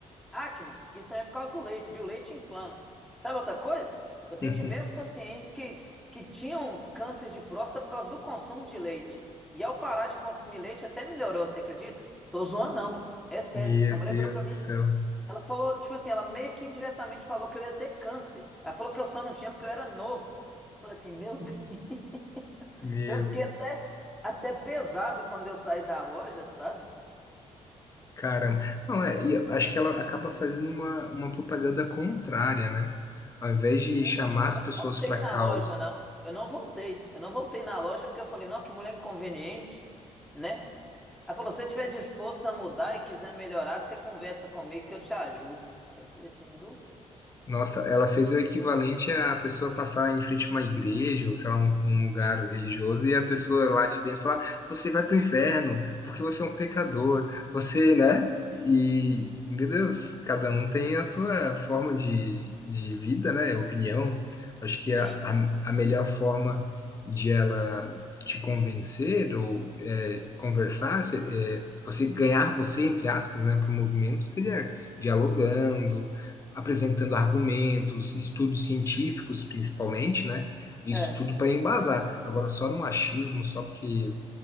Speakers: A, in the centre; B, on the left (about 25°).
A: Acne, isso também é por causa do leite, viu? O leite inflama. Sabe outra coisa? Eu tenho
B: <laughs>
A: diversos pacientes que, que tinham câncer de próstata por causa do consumo de leite. E ao parar de consumir leite, até melhorou, você acredita? Tô zoando, não. É sério.
B: Meu
A: A mulher
B: Deus
A: virou pra mim,
B: do céu.
A: ela falou, tipo assim, ela meio que indiretamente falou que eu ia ter câncer. Ela falou que eu só não tinha porque eu era novo. Eu falei assim, meu Deus. <laughs>
B: Meu,
A: Eu fiquei até, até pesado quando eu saí da loja, sabe?
B: caramba. Não, é, e eu acho que ela acaba fazendo uma, uma propaganda contrária, né? Ao invés
A: Sim,
B: de chamar as
A: eu
B: pessoas
A: não voltei
B: para
A: na
B: causa,
A: loja, não. Eu não voltei. Eu não voltei na loja porque eu falei, nossa, que mulher inconveniente, né? Ela falou, se você estiver disposto a mudar e quiser melhorar, você conversa comigo que eu te ajudo. Aí eu falei assim, não?
B: Nossa, ela fez o equivalente a pessoa passar em frente a uma igreja, ou sei lá, um, um lugar religioso, e a pessoa lá de dentro falar: Você vai para o inferno, porque você é um pecador, você, né? E, e, meu Deus, cada um tem a sua forma de, de vida, né? Opinião. Acho que a,
A: Sim,
B: a, a melhor forma de ela te convencer ou é, conversar, se- é, você ganhar você, entre aspas, né, para o movimento, seria dialogando apresentando argumentos, estudos científicos principalmente, né? Isso
A: é.
B: tudo para embasar. Agora, só no achismo, só porque